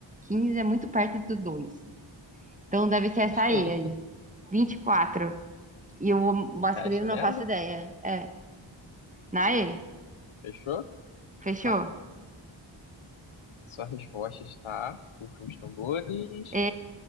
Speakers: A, on the right; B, on the left.
A: 15 é muito perto do dois Então deve ser essa
B: 2,24.
A: aí, aí, 24. E quatro. E o masculino
B: <laughs> Fecha
A: não
B: nela?
A: faço ideia. É, Naê,
B: Fechou?
A: fechou?
B: Tá. Sua resposta está, por os tambores,
A: E...